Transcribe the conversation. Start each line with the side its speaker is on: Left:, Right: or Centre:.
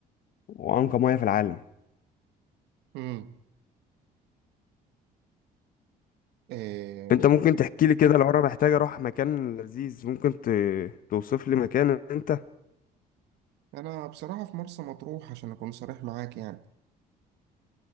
Left: وأنقى مياه في العالم
Right: امم إيه
Left: انت ممكن تحكي لي كده لو انا محتاج اروح مكان لذيذ ممكن ت... توصف لي مكان انت
Right: انا بصراحه في مرسى مطروح عشان اكون صريح معاك يعني